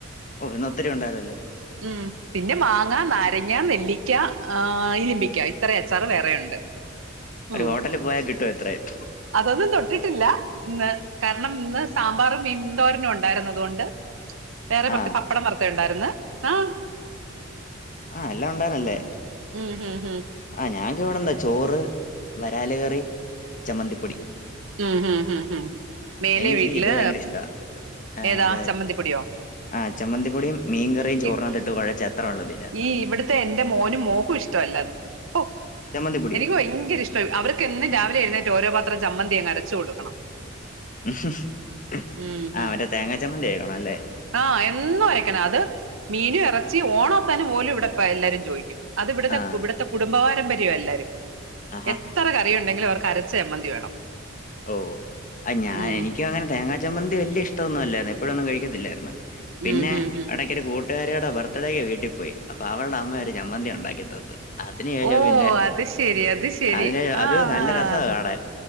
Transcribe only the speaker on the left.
ഓ ഇന്ന് ഒത്തിരി ഉണ്ടായിരുന്നല്ലോ
ഒരു
ഹോട്ടലിൽ പോയാൽ കിട്ടും എത്രയും
ആഹ്
ആഹ്‌ എല്ലാംഉണ്ടാരുനല്ലേ
ആഹ്‌ ഞാക്ക് ഇവിടെന്നു ചോറ് വരാല് കറി ചമ്മന്തിപ്പൊടി
എനിക്ക്
ഇത് ഭയങ്കര ഇഷ്ടാ ഏഹ്
അത്
ആഹ് ചമ്മന്തിപ്പൊടിം മീൻകറിം ചോറിനകത്തി
ഇട്ട് കുഴച്ച അത്ര ഉള്ളതില്ല
ചമ്മന്തിപ്പൊടിയോ
<unintelligible>
അവര തേങ്ങാച്ചമ്മന്തി <unintelligible>
ആഹ്
ആഹാ
ഓ അ ഞാൻ
എനിക്ക് അങ്ങനെ തേങ്ങാ ചമ്മന്തി വല്ല്യ ഇഷ്ട്ടൊ ന്നല്ലായിരുന്നു എപ്പോഴൊന്നും കഴിക്കത്തില്ലായിരുന്നു പിന്നെ
എടക്കരു കൂ ട്ടുകാരിയുടെ ബർത്ത്ഡേയ്ക്ക് വീട്ടിൽ പോയി അപ്പം അവൾട അമ്മയൊരു ചമ്മന്തി ഉണ്ടാക്കിതെന്നു അതിന് ശേഷം
പിന്നെ
അതിന്
അത് നല്ല
രസ്സാ
കാണാൻ